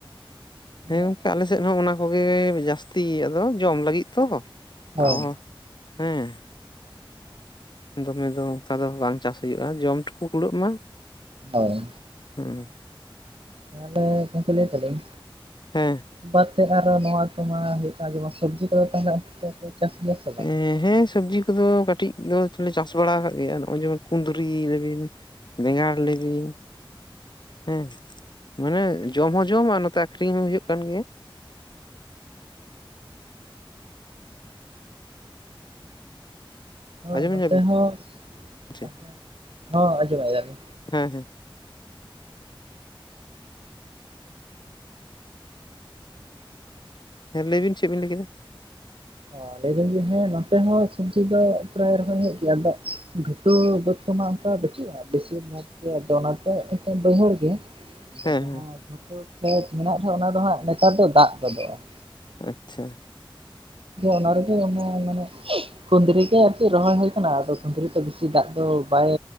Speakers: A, on the right (about 85°); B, on the left (about 55°).
A: ᱢᱟᱱᱮ
B: ᱦᱮᱸ ᱜᱚᱢᱠᱮ ᱟᱞᱮ ᱥᱮᱫ ᱦᱚᱸ ᱚᱱᱟ ᱠᱚᱜᱮ ᱡᱟᱹᱥᱛᱤ, ᱟᱫᱚ ᱡᱚᱢ ᱞᱟᱹᱜᱤᱫ ᱛᱚ
A: ᱦᱳᱭ
B: ᱚᱻ <inaudible> ᱦᱮᱸ ᱾ ᱫᱚᱢᱮ ᱫᱚ ᱚᱱᱠᱟ ᱫᱚ ᱵᱟᱝ ᱪᱟᱥ ᱦᱩᱭᱩᱜ-ᱟ, ᱡᱚᱢ ᱴᱩᱠᱩ ᱠᱩᱲᱟᱹᱜ ᱢᱟ᱾
A: ᱦᱳᱭ ᱾
B: ᱦᱮᱸ ᱾
A: ᱛᱟᱦᱚᱞᱮ ᱜᱚᱢᱠᱮ ᱞᱟ. ᱭ ᱮᱫᱟᱞᱤᱧ
B: ᱦᱮᱸ ᱾
A: ᱵᱟᱫᱛᱮ ᱟᱨᱚ ᱱᱚᱣᱟ ᱠᱚᱢᱟ ᱦᱩᱭᱩᱜ ᱠᱟᱱᱟ ᱾ ᱡᱮᱢᱚᱱ ᱥᱚᱵᱽᱡᱤ ᱠᱚᱫᱚ ᱛᱟᱦᱚᱞᱮ ᱟᱯᱮ ᱯᱮ ᱪᱟᱥ ᱜᱮᱭᱟ ᱥᱮ ᱵᱟᱝ?
B: ᱮᱸ ᱦᱮᱸ ᱥᱚᱵᱽᱡᱤ ᱠᱚᱫᱚ ᱠᱟᱹᱴᱤᱡ ᱫᱚᱞᱮ ᱪᱟᱥ ᱵᱟᱲᱟ ᱟᱠᱟᱜ ᱜᱮᱭᱟ ᱱᱚᱜ-ᱚᱭ ᱡᱮᱢᱚᱱ ᱠᱩᱸᱫᱽᱨᱤ ᱞᱮ ᱵᱤᱱ ᱵᱮᱸᱜᱟᱲ ᱞᱮᱵᱤᱱ᱾ <inaudible> ᱦᱮᱸ, <inaudible> ᱢᱟᱱᱮ ᱡᱚᱢ ᱦᱚᱸ ᱡᱚᱢ ᱟᱨ ᱱᱚᱛᱮ ᱟᱠᱷᱨᱤᱧ ᱦᱚᱸ ᱦᱩᱭᱩᱜ ᱠᱟᱱ ᱜᱮᱭᱟ᱾
A: ᱦᱳᱭ
B: ᱟᱸᱡᱚᱢ
A: ᱱᱚᱛᱮ
B: ᱧᱟᱵᱤᱱ
A: ᱦᱚᱸ <inaudible>
B: ᱥᱮ?
A: ᱛᱟᱦᱮᱸᱱ <inaudible> ᱦᱚᱸ ᱟᱸᱡᱚᱢᱮᱜ ᱜᱮᱭᱟᱞᱤᱧ᱾
B: ᱦᱮᱸ ᱦᱮᱸ ᱾ ᱦᱮᱸ ᱞᱟᱹᱭᱵᱤᱱ ᱪᱮᱫ ᱵᱤᱱ ᱞᱟᱹᱭ ᱠᱮᱫᱟ ᱾
A: ᱚ ᱞᱟᱹᱭ ᱮᱫᱟᱹᱧ ᱡᱮ ᱦᱮᱸ ᱱᱚᱛᱮ ᱦᱚᱸ ᱥᱩᱵᱽᱡᱤ ᱫᱚ ᱯᱨᱟᱭ ᱨᱚᱠᱚᱢ ᱦᱩᱭᱩᱜ ᱜᱮᱭᱟ ᱾ ᱟᱫᱚ ᱛᱚ ᱵᱟᱹᱫᱽ ᱠᱚ ᱢᱟ ᱚᱝᱠᱟ ᱵᱟᱹᱪᱩᱜ-ᱟ ᱵᱮᱥᱤᱨ ᱵᱷᱟᱜᱽ ᱜᱮ, ᱟᱫᱚ ᱚᱱᱟᱛᱮ ᱵᱟᱹᱭᱦᱟᱹᱲ ᱜᱮ
B: ᱦᱮᱸ
A: ᱡᱟᱦᱟᱸ
B: ᱦᱮᱸ
A: ᱜᱩᱴᱩ ᱠᱷᱮᱛ ᱢᱮᱱᱟᱜ-ᱟ ᱚᱱᱟ ᱫᱚ ᱦᱟᱸᱜ ᱱᱮᱛᱟᱨ ᱫᱚ ᱫᱟᱜ ᱜᱚᱫᱚᱜ-ᱟ ᱾
B: ᱟᱪᱪᱷᱟ ᱾
A: <inaudible> ᱠᱷᱩᱱᱸᱫᱽᱨᱤ ᱜᱮ ᱟᱨᱠᱤ ᱨᱚᱦᱚᱭ ᱦᱩᱭ ᱟᱠᱟᱱᱟ ᱟᱫᱚ ᱠᱷᱸᱫᱽᱨᱤ ᱫᱚ ᱵᱮᱥᱤ ᱫᱟᱜ ᱫᱚ ᱵᱟᱭ